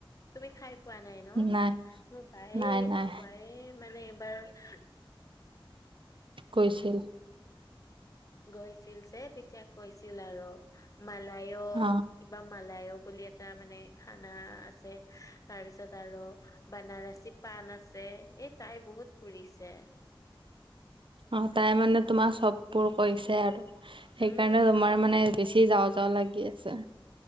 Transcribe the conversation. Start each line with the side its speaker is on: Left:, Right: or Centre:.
Left: তুমি খাই পোৱা নাই ন?
Right: নাই
Left: মোৰ বায়ে
Right: নাই নাই
Left: বায়ে মানে এইবাৰ হ।
Right: কৈছিল।
Left: গৈছিল যে তেতিয়া কৈছিল আৰু মালায়ো
Right: অ
Left: কিবা মালায়ো বুলি এটা মানে খানা আছে তাৰপিছত আৰু বনাৰসী পণ আছে এই তাই বহুত ফুৰিছে।
Right: অ, তাই মানে তোমাৰ চববোৰ কৰিছে আৰু সেইকাৰণে
Left: উম
Right: তোমাৰ মানে বেছি যাৱ লাগি আছে